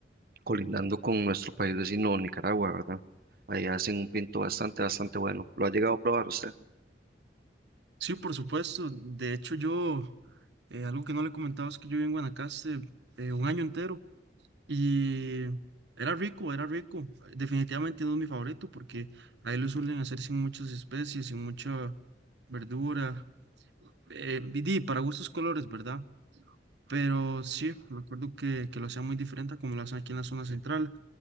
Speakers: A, on the right; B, on the right.
A: colindando con nuestro país vecino Nicaragua, ¿verdad? Ahí hacen un pinto bastante, bastante bueno. ¿Lo ha llegado a probar usted?
B: Sí, por supuesto. De hecho, yo, eh, algo que no le comentaba es que yo viví en Guanacaste eh, un año entero y era rico, era rico. Definitivamente no es mi favorito porque ahí lo suelen hacer sin muchas especies, sin mucha verdura. Eh, y di, para gustos colores, ¿verdad? Pero sí, me acuerdo que, que lo hacían muy diferente a como lo hacen aquí en la zona central